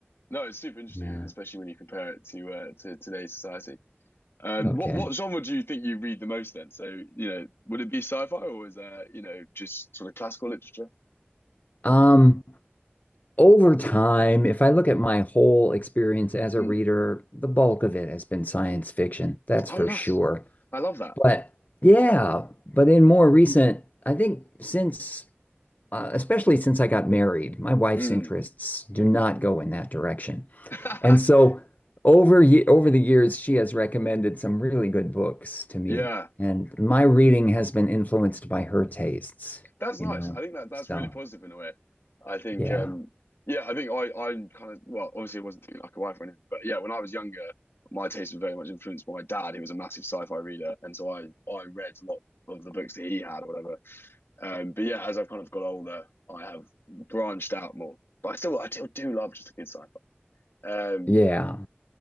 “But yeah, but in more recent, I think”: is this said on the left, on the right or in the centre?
Left